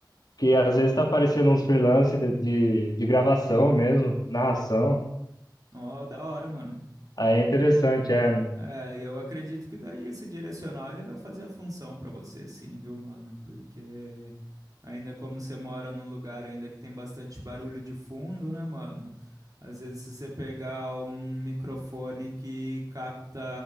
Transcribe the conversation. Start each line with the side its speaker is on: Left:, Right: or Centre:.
Left: que às vezes tá aparecendo uns freelance de, de, de gravação mesmo, narração.
Right: Ó, da hora, mano.
Left: Aí é interessante, é. né?
Right: É, e eu acredito que daí esse direcional ele vai fazer a função pra você, sim, viu, mano? Porque ainda como você mora num lugar ainda que tem bastante barulho de fundo, né, mano? Às vezes se você pegar um microfone que capta